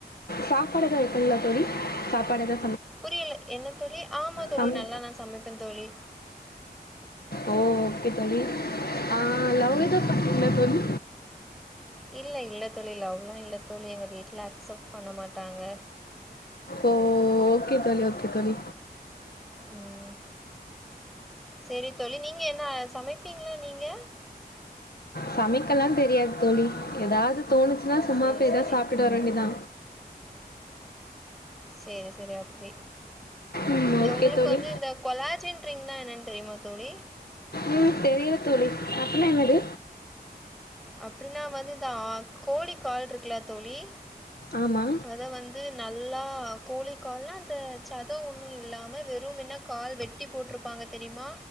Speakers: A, on the left; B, in the centre.
A: சாப்பாடு எது வப்பீங்ளா தோழி சாப்பாடு எது
B: புரியல என்ன தோழி ஆமா தோழி
A: சமை
B: நல்லா நான் சமைப்பேன் தோழி
A: ஓ ஓகே தோழி ஆ லவ் எது பண்றீங்ளா தோழி
B: இல்ல இல்ல தோழி லவ்லா இல்ல தோழி எங்க வீட்ல அக்செப்ட் பண்ண மாட்டாங்க
A: ஓ ஓகே தோழி ஒகே தோழி
B: ம் சேரி தோழி நீங்க என்ன சமைப்பீங்ளா நீங்க
A: சமைக்கலா தெரியாது தோழி எதாவ்து தோணுச்சுனா சும்மா
B: சரி
A: போய் எதா
B: சரி
A: சாப்டுட்டு வர வேண்டிதா
B: சேரி சேரி அப்டி
A: ம்
B: இது
A: ஓகே
B: உங்ளுக்கு
A: தோழி
B: வந்து இந்த கொலாஜின் ட்ரிங்னா என்னன் தெரியுமா தோழி
A: ம் தெரியல தோழி அப்டினா என்னது
B: அப்டினா வந்து இந்த ஆ கோழிக்கால்ட்ருக்குல தோழி
A: ஆமா
B: அத வந்து நல்லா கோழிக்கால்னா அந்த சத ஒன்னு இல்லாம வெறுமென கால் வெட்டி போட்ருப்பாங்க தெரிமா